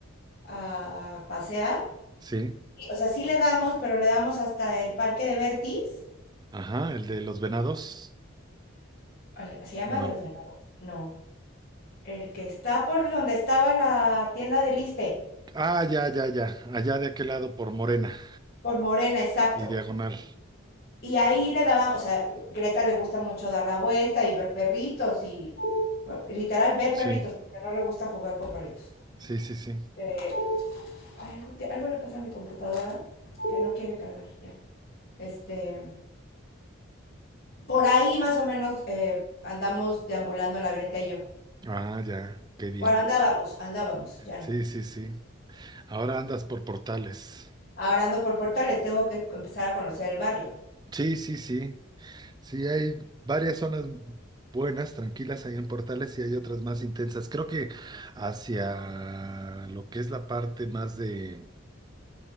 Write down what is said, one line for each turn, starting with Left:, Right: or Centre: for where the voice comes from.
Left: a pasear,
Right: Sí.
Left: sí, o sea, sí le damos, pero le damos hasta el parque de Bertis
Right: Ajá, el de los venados.
Left: al- ¿Se llama
Right: No.
Left: de los venados? No. El que está por donde estaba la tienda del Iste,
Right: Ah, ya, ya, ya. Allá de aquel lado por Morena
Left: por Morena, exacto.
Right: y diagonal.
Left: Y ahí le dábamos, o sea, Greta le gusta mucho dar la vuelta y ver perritos y bueno, literal ver
Right: Sí,
Left: perritos, porque no le gusta jugar con perritos.
Right: sí, sí, sí.
Left: Eh, ay, algo, te- algo le pasa a mi computadora que no quiere cargar, ya. Este, por ahí más o menos eh, andamos deambulando la Greta y yo.
Right: Ah, ya. Qué bien.
Left: Bueno, andábamos, andábamos, ya no.
Right: Sí, sí, sí. Ahora andas por portales.
Left: Ahora ando por portales, tengo que empezar a conocer el barrio.
Right: Sí, sí, sí. Sí, hay varias zonas buenas, tranquilas ahí en Portales y hay otras más intensas. Creo que hacia lo que es la parte más de,